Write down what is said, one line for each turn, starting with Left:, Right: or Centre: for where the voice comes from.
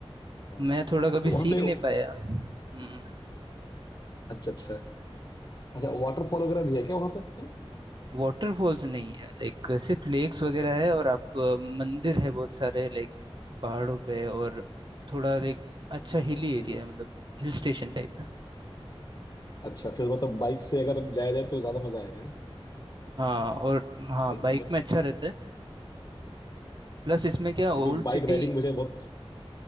Left: हाँ
Right: मैं थोड़ा कभी
Left: तो
Right: सीख
Left: वहाँ पे
Right: नहीं पाया हम्म
Left: अच्छा अच्छा अच्छा वाटरफॉल वगैरह भी है क्या वहाँ पे
Right: वाटरफॉल्स नहीं है लाइक सिर्फ लेक्स वगैरह है और आप अ, मंदिर है बहुत सारे लाइक पहाड़ों पे और थोड़ा लाइक अच्छा हिली एरिया
Left: हम्म,
Right: है मतलब हिल स्टेशन टाइप है
Left: अच्छा फिर मतलब बाइक से अगर जाया जाए तो ज्यादा मजा आएगा
Right: हाँ और हाँ
Left: क्योंकि
Right: बाइक में अच्छा रहता है प्लस इसमें क्या
Left: क्योंकि
Right: ओल्ड
Left: बाइक
Right: सिटी
Left: राइडिंग मुझे बहुत पसंद